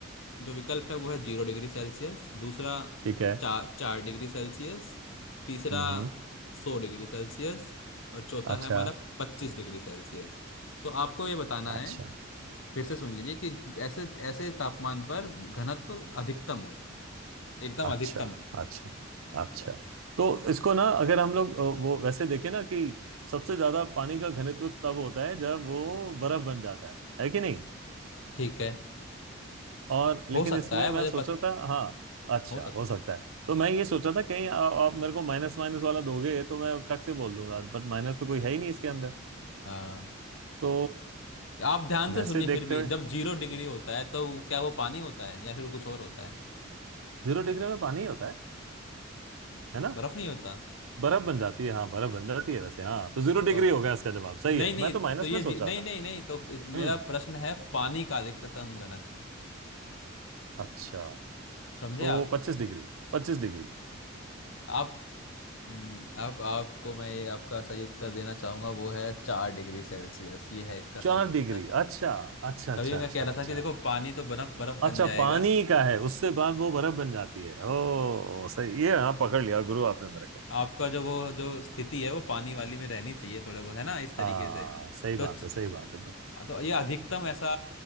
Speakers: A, on the left; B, on the right.
A: जो विकल्प है वो है जीरो डिग्री सेल्सियस दूसरा
B: ठीक है
A: चार चार डिग्री सेल्सियस तीसरा
B: हम्म
A: सौ डिग्री सेल्सियस और चौथा
B: अच्छा
A: है हमारा पच्चीस डिग्री सेल्सियस तो आपको ये बताना
B: अच्छा
A: है फिर से सुन लीजिए कि ऐसे ऐसे तापमान पर घनत्व अधिकतम हो एकदम
B: अच्छा
A: अधिकतम
B: अच्छा अच्छा तो इसको ना अगर हम लोग अ, वो वैसे देखें ना कि सबसे ज्यादा पानी का घनत्व तब होता है जब वो बर्फ बन जाता है है कि नहीं
A: ठीक है
B: और लेकिन
A: हो सकता
B: इसमें
A: है
B: मैं
A: मुझे
B: सोचा
A: पत
B: था हाँ अच्छा
A: हो सकता
B: हो सकता है तो मैं ये सोचा था कहीं आ, आप मेरे को माइनस माइनस वाला दोगे तो मैं टक से बोल दूंगा बट माइनस तो कोई है ही नहीं इसके अंदर
A: हाँ
B: तो
A: आप ध्यान से
B: वैसे
A: सुनिए
B: देखते
A: फिर भी
B: हुए
A: जब जीरो डिग्री होता है तो वो- क्या वो पानी होता है या फिर वो कुछ और होता है
B: जीरो डिग्री में पानी ही होता है है ना
A: बर्फ नहीं होता
B: बर्फ बन जाती है हाँ बर्फ बन जाती है वैसे हाँ तो जीरो
A: तो
B: डिग्री
A: आप-
B: हो गया इसका जवाब सही
A: नहीं
B: है
A: नहीं
B: मैं तो माइनस
A: तो ये
B: में सोच
A: जी, नहीं
B: रहा था
A: नहीं नहीं तो इस-
B: हम्म
A: मेरा प्रश्न है पानी का अधिकतम घनत्व
B: अच्छा
A: समझे
B: तो
A: आप
B: पच्चीस डिग्री पच्चीस डिग्री
A: आप हम्म, आप आपको मैं ये आपका सही उत्तर देना चाहूंगा वो है चार डिग्री सेल्सियस ये है इसका सही
B: चार
A: उत्तर
B: डिग्री अच्छा अच्छा अच्छा
A: तभी मैं
B: अच्छा
A: कह रहा
B: अच्छा
A: था कि देखो पानी तो बर्फ बर्फ
B: अच्छा
A: बन जाएगा
B: पानी का है उससे बाद वो बर्फ बन जाती है ओ सही ये हाँ
A: हम्म।
B: पकड़ लिया गुरु आपने मेरे को
A: आपका जो वो जो स्थिति है वो पानी वाली में रहनी चाहिए थोड़े बहुत है ना इस तरीके
B: हाँ
A: से
B: सही
A: तो
B: बात
A: च-
B: है सही बात है
A: हाँ, तो ये अधिकतम ऐसा